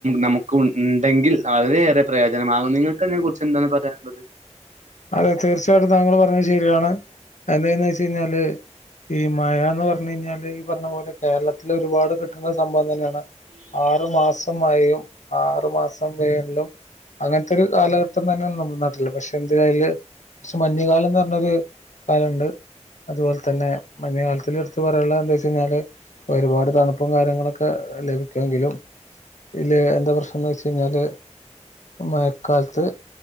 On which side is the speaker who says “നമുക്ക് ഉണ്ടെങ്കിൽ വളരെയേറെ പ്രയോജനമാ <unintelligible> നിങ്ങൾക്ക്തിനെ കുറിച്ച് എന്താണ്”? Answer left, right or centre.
Right